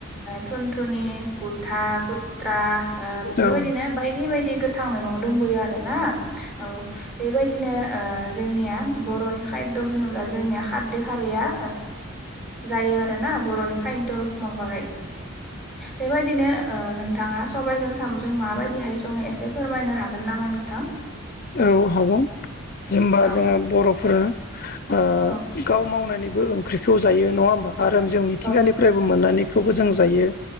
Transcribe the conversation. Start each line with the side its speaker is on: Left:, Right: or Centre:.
Centre: थुनथुनि गुथा गुथ्रा बेफोरबायदिनो
Left: औ
Centre: बायदि बायदि थां मैगं दंबोयो आरो ना औ बेबायदिनो ओ जोंनिया बर'नि खाय्द' होनोब्ला जोंनिया खारदै खारैया जायो आरो ना बर'नि खाय्द' महरै
Left: <inaudible>
Centre: बेबायदिनो ओ नोंथाङा सबायजों साम'जों माबायदिहाय सङो एसे फोरमायनो हागोन नामा नोंथाङ थां
Left: औ हागोन। जेनबा
Centre: औ
Left: जोंङो बर'फोरा ओ
Centre: औ
Left: गाव मावनायनि बे ओंख्रिखौ जायो नंङा होनोमबा आरो जों मिथिंगानिफ्रायबो
Centre: औ
Left: मोननानैखौबो जों जायो